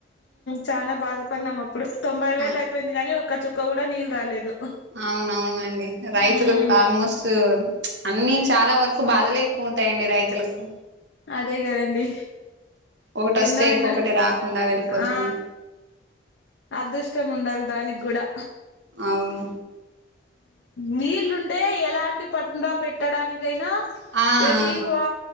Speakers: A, on the left; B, on the right.
A: చాలా బాధపడినాం అప్పుడు తొంభై వేలు
B: ఆ
A: అయిపోయింది కాని ఒక చు క్క కూడా నీళ్ళు రాలేదు
B: అవునవునండి రైతులు
A: ఉమ్
B: ఆల్మోస్ట్ అన్ని చాలా వరకు బాధలే ఎక్కువ ఉంటాయండి రైతులకు
A: అదే కదండి
B: ఒకటి వస్తే
A: ఎన్నో
B: ఇంకొకటి
A: ఎన్నో
B: రాకుండా వెళ్ళిపోతుంది
A: ఆ అదృష్టం ఉండాలి దానికి కూడా
B: అవును
A: నీళ్ళు ఉంటే ఎలాంటి పట్టుడా పెట్టడానికైనా
B: ఆ
A: రెడీగా
B: ఆ!
A: ఎక్కువ